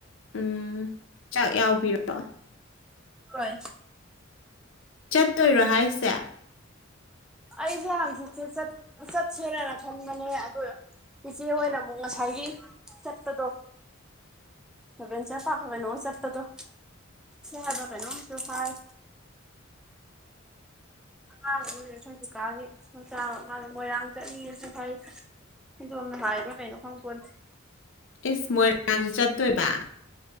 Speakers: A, on the left (about 65°); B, in the centre.
A: ꯎꯝ ꯆꯥꯛ ꯌꯥꯎꯕꯤꯔꯣ
B: ꯍꯣꯏ
A: ꯆꯠꯇꯣꯏꯔꯣ ꯍꯥꯏꯁꯦ
B: ꯑꯩꯁꯦ ꯍꯥꯡꯁꯤꯁꯦ ꯁꯠ ꯁꯠꯁꯅꯅ ꯈꯪ ꯃꯅꯦ ꯏꯆꯦ ꯍꯣꯏ ꯑꯣꯏꯅ ꯑꯃꯨꯛ ꯉꯁꯥꯏꯒꯤ ꯆꯠꯄꯗꯣ ꯕꯦꯟ ꯆꯦ ꯄꯥ ꯀꯕꯦꯟ ꯍ ꯆꯦꯠꯇꯗꯨꯣ ꯍꯥꯏꯕ ꯀꯩꯅꯣ ꯇ ꯐꯥꯏ ꯑꯥꯕ ꯑꯃꯅꯦ ꯑꯩꯈꯣꯏ ꯨꯀꯥꯒꯤ ꯁꯣ ꯆꯥꯕ ꯃꯥꯗ ꯃꯣꯏꯔꯥꯡ ꯆꯠꯂꯤ ꯍꯥꯏꯩ ꯑꯅ ꯍꯥꯏꯥꯏ ꯄ ꯀꯩꯅ ꯈꯪ ꯀꯣꯟ
A: ꯏꯁ ꯃꯣꯏꯔꯥꯡꯥꯡꯁꯨ ꯆꯠꯇꯣꯏꯕ